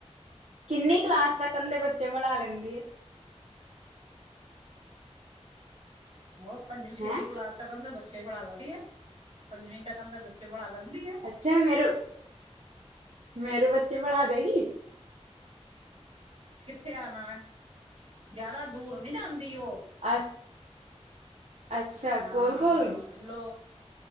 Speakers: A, on the right (about 75°); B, on the right (about 55°).
A: ਕਿੰਨੀ ਕਲਾਸ ਤੱਕਣ ਦੇ ਬੱਚੇ ਪੜ੍ਹਾ ਲੈਂਦੀ ਐ?
B: ਉਹ ਪੰਜਵੀਂ ਛੇਵੀ
A: ਹੈਂ
B: ਕਲਾਸ ਤੱਕਣ ਦੇ ਬੱਚੇ ਪੜ੍ਹਾ ਲੈਦੀ ਏ ਪੰਜਵੀਂ ਤੱਕਣ ਦੇ ਬੱਚੇ ਬੱਚੇ ਪੜਾ ਲੈਂਦੀ ਏ।
A: ਤਾਂ ਮੇਰੇ, ਮੇਰੇ ਬੱਚੇ ਪੜ੍ਹਾ ਦੇ ਗੀ?
B: ਕਿੱਥੇ ਆਣਾ ਏ, ਜਾਂ ਜਿਆਦਾ ਦੂਰ ਨੀ ਜਾਂਦੀ ਉਹ।
A: ਅ ਅੱਛਾ
B: ਹਾਂ
A: ਕੋਲ ਕੋਲ
B: ਆ ਲੋ